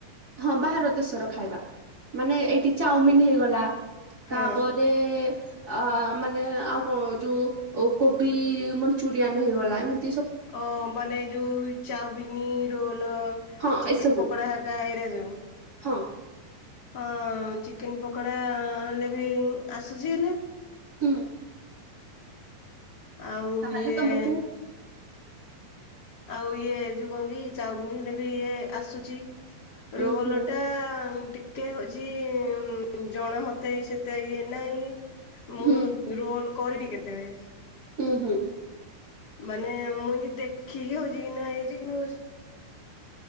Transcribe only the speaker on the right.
ହଁ ବାହାର ଦେଶର ଖାଇବା ମାନେ ଏଇଠି ଚାଉମିିନ ହେଇଗଲା,
ତାପରେ, ଆ ମାନେ ଆଉ କଣ ଯୋଉ ଅଉ କୋବି ମଞ୍ଚୁରିଆନ ହେଇଗଲା ଏମିତ୍
ହଁ
ଏସବୁ
ହଁ,
ହୁଁ,
ତାହେଲେ
ତମକୁ
ଉଁ
ହୁଁ
ହୁଁ
ହୁଁ ହୁଁ।